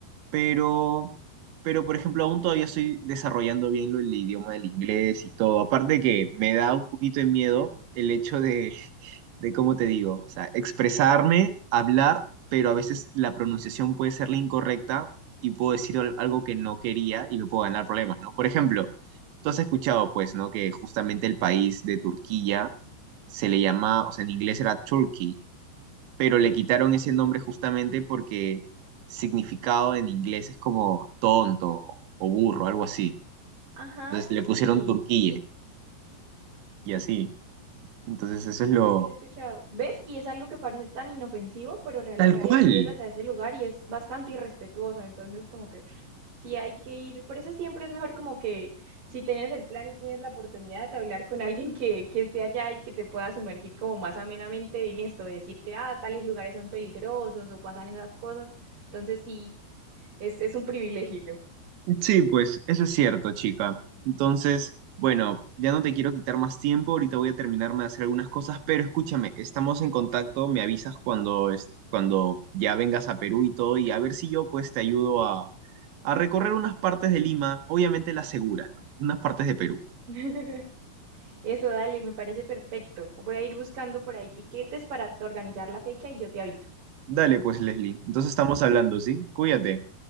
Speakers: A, on the right; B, on the right.
A: pero, pero por ejemplo, aún todavía estoy desarrollando bien lo- el idioma del inglés y todo. Aparte que me da un poquito de miedo el hecho de, <laughs> de cómo te digo, o sea, expresarme, hablar, pero a veces la pronunciación puede ser la incorrecta y puedo decir al- algo que no quería y me puedo ganar problemas, ¿no? Por ejemplo, tú has escuchado, pues, ¿no? Que justamente el país de Turquía se le llama, o sea, en inglés era Turkey pero le quitaron ese
B: Ujú.
A: nombre justamente porque significado en inglés es como tonto o burro, algo así.
B: Ajá,
A: Entonces
B: sí.
A: le pusieron Turquille y así. Entonces eso es lo...
B: Sí, sí lo he escuchado. ¿Ves? Y es algo que parece tan inofensivo, pero realmente
A: Tal cual,
B: llegas a ese lugar y es bastante irrespetuoso. Entonces, como que sí hay que ir. Por eso siempre es mejor como que si tienes el plan y tienes la oportunidad de hablar con alguien que, que esté allá y que te pueda sumergir como más amenamente en esto, de decirte, ah, tales lugares son peligrosos o pasan esas cosas. Entonces, sí, es, es un privilegio.
A: Sí, pues eso es cierto, chica. Entonces, bueno, ya no te quiero quitar más tiempo, ahorita voy a terminarme de hacer algunas cosas, pero escúchame, estamos en contacto, me avisas cuando, es- cuando ya vengas a Perú y todo, y a ver si yo pues te ayudo a, a recorrer unas partes de Lima, obviamente las seguras, ¿no? Unas partes de Perú.
B: <laughs> Eso, dale, me parece perfecto. Voy a ir buscando por ahí tiquetes para t- organizar la fecha y yo te aviso.
A: Dale pues, Leslie. Entonces estamos hablando, ¿sí? Cuídate.